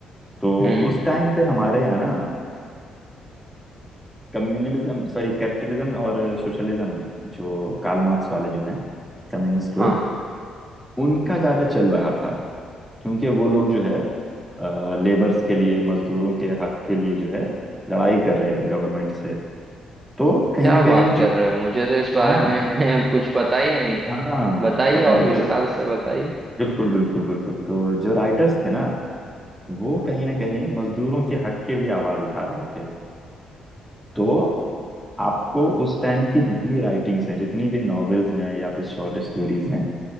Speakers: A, in the centre; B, on the right.
A: तो
B: हम्म
A: उस टाइम पे हमारे यहाँ ना कम्युनलिज्म सॉरी कैपिटलिज्म और सोशलिज्म जो कार्ल मार्क्स वाले जो हैं कम्युनिस्ट लोग
B: हाँ
A: उनका ज्यादा चल रहा था क्योंकि वो लोग जो है लेबर्स के लिए मजदूरों के हक के लिए जो है लड़ाई कर रहे थे गवर्नमेंट से तो कहीं
B: क्या
A: ना कहीं
B: बात कर
A: जो
B: रहे हो मुझे तो इस बारे
A: हाँ
B: में <laughs> कुछ पता ही नहीं था
A: हाँ
B: बताइए
A: पता
B: और
A: है
B: विस्तार
A: जो
B: से बताइए
A: बिल्कुल बिल्कुल बिल्कुल तो जो राइटर्स थे ना वो कहीं ना कहीं मजदूरों के हक के लिए आवाज उठा रहे थे तो आपको उस टाइम की जितनी राइटिंग्स हैं जितनी भी नॉवेल्स हैं या फिर शॉर्ट स्टोरीज हैं